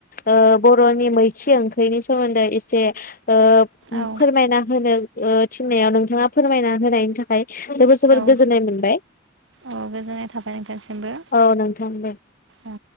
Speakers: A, on the left; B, on the right.
A: ओ बर'नि मैखि ओंख्रिनि सोमोन्दै एसे ओ
B: औ
A: फोरमायना होनो ओ थिननायाव नोंथाङा फोरमायना होनायनि थाखाय जोबोर जोबोर
B: औ
A: गोजोननाय मोनबाय
B: औ गोजोननाय थाबाय नोंथांसिमबो
A: औ नोंथां दे
B: औ